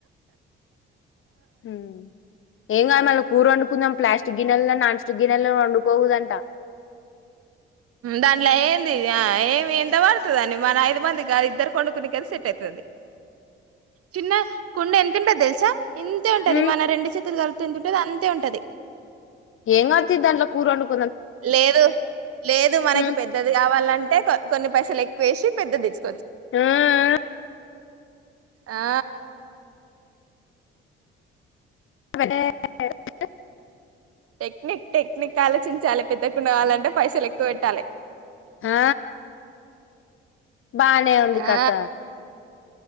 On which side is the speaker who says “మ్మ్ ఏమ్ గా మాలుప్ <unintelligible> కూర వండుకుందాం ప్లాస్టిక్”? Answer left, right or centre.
Left